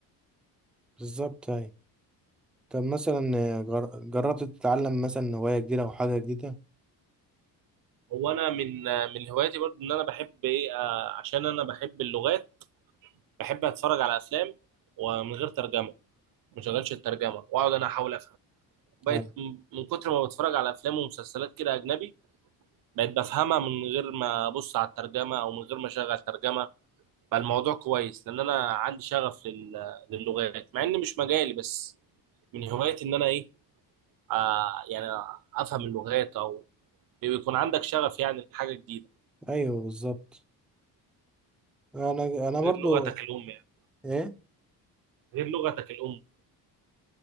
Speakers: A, in the centre; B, on the right.
A: بالظبط أيوة طب مثلا جر- جربت تتعلم مثلا هواية جديدة أو حاجة جديدة؟
B: هو انا من من هواياتي برضو ان انا بحب ايه آه، عشان انا بحب اللغات بحب اتفرج على افلام ومن غير ترجمه ما شغلش الترجمه واقعد انا احاول افهم بقيت
A: يعني
B: م- من كتر ما بتفرج على افلام ومسلسلات كده اجنبي بقيت بفهمها من غير ما ابص على الترجمه او من غير ما اشغل ترجمه بقى الموضوع كويس لان انا عندي شغف لل- للغات مع ان مش مجالي بس من هوايتي ان انا ايه آه يعني افهم اللغات او بيكون عندك شغف يعني لحاجه جديده
A: أيوه بالظبط أنا أنا برضو
B: غير لغتك الام يعني
A: إيه
B: غير لغتك الام